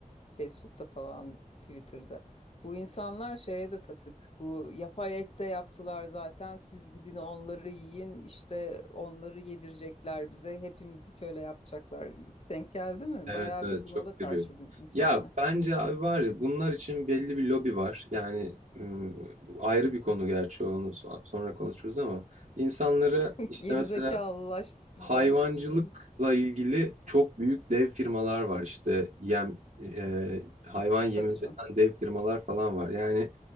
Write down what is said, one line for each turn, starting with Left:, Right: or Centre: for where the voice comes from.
Left: Facebook'ta falan Twitter'da. Bu insanlar şeye de takık. Bu yapay et de yaptılar zaten. Siz gidin onları yiyin. işte onları yedirecekler bize. Hepimizi köle yapacaklar. Denk geldi mi?
Right: Evet
Left: Bayağı
Right: evet
Left: bir buna
Right: çok
Left: da karşı
Right: görüyorum.
Left: bu insanlar.
Right: Ya bence abi var ya bunlar için belli bir lobi var. Yani ım, ayrı bir konu gerçi onu so- sonra konuşuruz ama insanları
Left: <laughs>
Right: işte
Left: Gerizekalılaştırma
Right: mesela Hayvancılıkla
Left: üslubu.
Right: ilgili çok büyük dev firmalar var işte yem e, e, hayvan yemi
Left: Tabii
Right: üreten
Left: canım.
Right: dev firmalar falan var. Yani